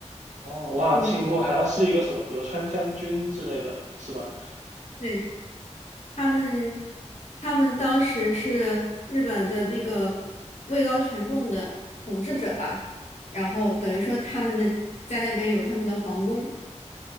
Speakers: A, on the right; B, on the left.
A: 哦，我好像听过，
B: 嗯，
A: 好像是一个什么德川将军之类的，是吧？
B: 对，他们，他们当时是日本的那个位高权重的统治者吧，然后等于说他们的在那边有他们的皇宫，